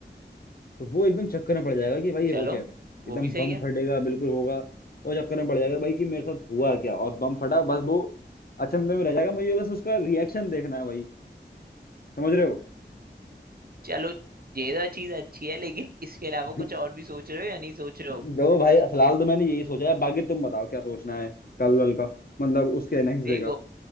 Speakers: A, on the left (about 55°); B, on the right (about 55°).
A: तो वो एकदम चक्कर में पड़ जाएगा कि भाई ये
B: चलो
A: हो क्या रहा है
B: वो
A: एकदम
B: भी
A: बम
B: सही है
A: फटेगा बिल्कुल होगा और चक्कर में पड़ जाएगा भाई कि मेरे साथ हुआ क्या और बम फटा बस वो अचंभे में रह जाएगा मुझे बस उसका रिएक्शन देखना है भाई समझ रहे हो
B: चलो ये तो चीज अच्छी है लेकिन इसके अलावा
A: <laughs>
B: कुछ और भी सोच रहे हो या नहीं सोच रहे
A: देखो
B: हो
A: भाई फिलहाल तो मैंने यही सोचा है बाकी तुम बताओ क्या सोचना है कल वल का मतलब उसके नेक्स्ट
B: देखो
A: डे का